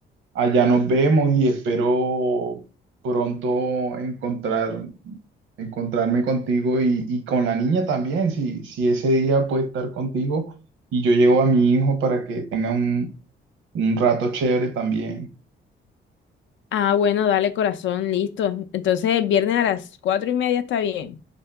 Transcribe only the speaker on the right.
allá nos vemos y espero pronto encontrar, encontrarme contigo y, y con la niña también, si, si ese día puede estar contigo y yo llevo a mi hijo para que tenga un, un rato chévere también.